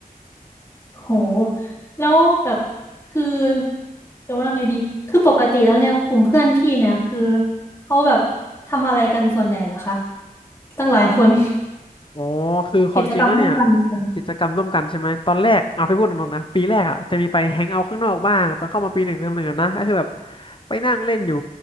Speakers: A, on the left; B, on the left.
A: โหแล้วแบบคือจะว่าไงดีคือปกติแล้วเนี่ยกลุ่มเพื่อนพี่เนี่ยคือเขาแบบทำอะไรกันส่วนใหญ่เหรอคะตั้งหลายคน
B: อ๋อคือความจริงแล้วเนี่ย
A: <laughs> กิจกรรมร่วมกันเหรอ
B: กิจกรรมร่วมกันใช่ไหมตอนแรกเอาไปพูดตรงๆนะปีแรกอ่ะจะมีไปแฮงเอาท์ข้างนอกบ้างตอนเข้ามาปีหนึ่งเทอมหนึ่งอะนะก็คือแบบไปนั่งเล่นอยู่